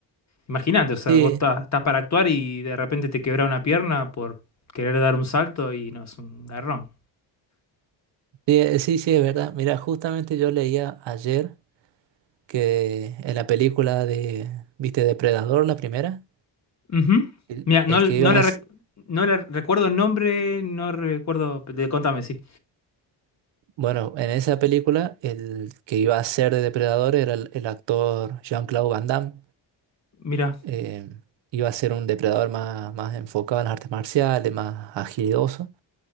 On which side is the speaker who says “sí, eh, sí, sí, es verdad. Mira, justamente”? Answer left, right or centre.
Right